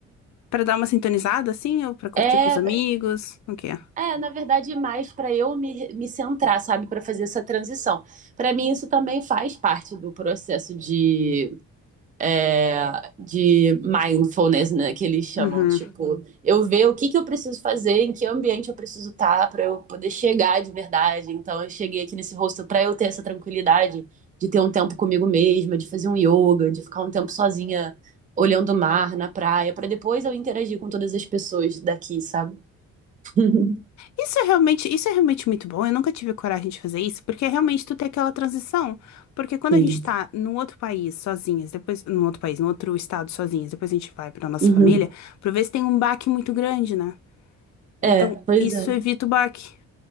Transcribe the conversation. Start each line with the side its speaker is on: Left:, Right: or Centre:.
Left: Pra dar uma sintonizada, assim, ou pra curtir
Right: é,
Left: com os amigos, o quê?
Right: é na verdade, mais para eu me, me centrar, sabe, para fazer essa transição. Para mim isso também faz parte do processo de é, de mindfulness, né, que eles chamam,
Left: Uhum.
Right: tipo, eu ver o que que eu preciso fazer, em que ambiente eu preciso estar para eu poder chegar de verdade. Então eu cheguei aqui nesse hostel para eu ter essa tranquilidade de ter um tempo comigo mesma, de fazer um yoga, de ficar um tempo sozinha olhando o mar na praia, para depois eu interagir com todas as pessoas daqui, sabe? <laughs>
Left: Isso é realmente, isso é realmente muito bom. Eu nunca tive coragem de fazer isso, porque é realmente tu tem aquela transição. Porque quando
Right: Sim.
Left: a gente tá num outro país sozinhas, depois, num outro país, num outro estado sozinhas, depois a gente vai pra nossa
Right: Uhum.
Left: família, por vezes tem um baque muito grande, né?
Right: É,
Left: Então,
Right: pois
Left: isso
Right: é.
Left: evita o baque.